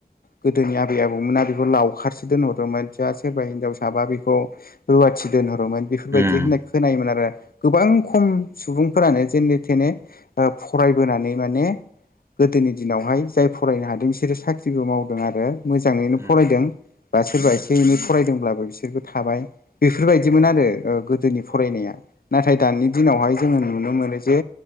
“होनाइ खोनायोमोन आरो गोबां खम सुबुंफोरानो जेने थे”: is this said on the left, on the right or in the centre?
Left